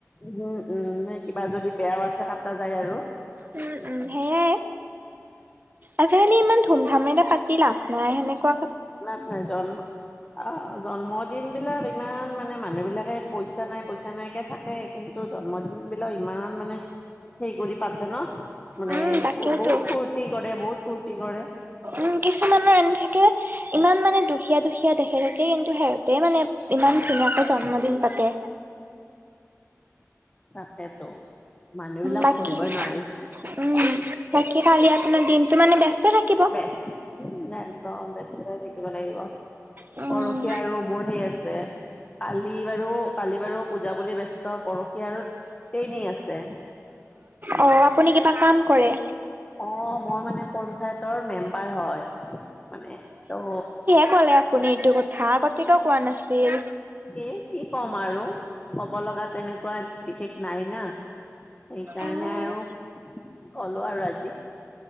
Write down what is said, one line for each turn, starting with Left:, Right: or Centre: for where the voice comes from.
Left: উম, উম, সেই কিবা যদি বেয়াও আছে, কাটা যায় আৰু।
Right: উম, উম, সেয়াই। আজিকালি ইমান ধুম-ধামেৰে পাতি লাভ নাই, সেনেকুৱা
Left: লাভ নাই, জন্ম অ, জন্মদিন বিলাক ইমান মানে মানুহ বিলাকে পইচা নাই, পইচা নাই কে থাকে। কিন্তু জন্মদিন বিলাক ইমান মানে হেৰি কৰি পাতে ন! মানে
Right: উম, তাকেইতো
Left: বহুত ফূৰ্তি কৰে, বহুত ফূৰ্তি কৰে।
Right: উম, কিছুমানৰ <unintelligible> থাকে। ইমান মানে দুখীয়া- দুখীয়া দেখাই থাকে, কিন্তু সিহঁতে মানে ইমান ধুনীয়াকে জন্মদিন পাতে।
Left: তাকেতো, মানুহ বিলাক
Right: বাকী
Left: ধৰিবই নোৱাৰি।
Right: উম, বাকী কালি আপোনাৰ দিনটো মানে ব্যস্ত থাকিব।
Left: বেষ্ট উম, একদম ব্যস্ত হৈ থাকিব লাগিব।
Right: উম,
Left: পৰসি আৰু মোৰ সেই আছে, কালি বাৰু কালি বাৰু পূ পূজা বুলি ব্যস্ত, পৰহি আৰু ট্ৰেইনিং আছে
Right: অ, আপুনি কিবা কাম কৰে?
Left: অ, মই মানে পঞ্চায়তৰ মেম্বাৰ হয়, মানে ত
Right: কি ক'লে আপুনি এইটো কথা, আগতে কিয় কোৱা নাছিল?
Left: এ, কি ক'ম আৰু? ক'ব লগা তেনেকুৱা বিশেষ নাই না। সেইকাৰণে
Right: অ'
Left: আৰু ক'লো আৰু আজি।